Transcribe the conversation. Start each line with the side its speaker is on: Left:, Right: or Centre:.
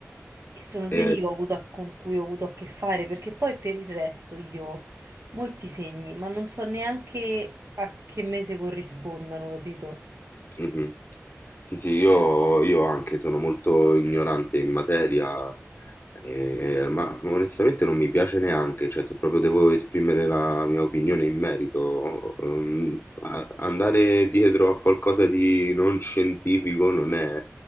Right: e sono segni
Left: E
Right: che ho avuto a- con cui ho avuto a che fare, perché poi per il resto io molti segni, ma non so neanche a che mese corrispondano, capito?
Left: Mhm. Sì, sì, io, io anche sono molto ignorante in materia, eh, ma onestamente non mi piace neanche, cioè se proprio devo esprimere la mia opinione in merito, ehm, a- andare dietro a qualcosa di non scientifico non è